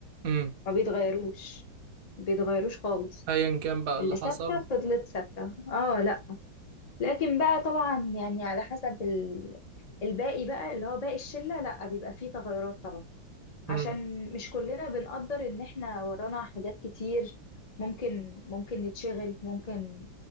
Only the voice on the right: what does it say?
امم
ايا كان بقى
اللي
حصل
امم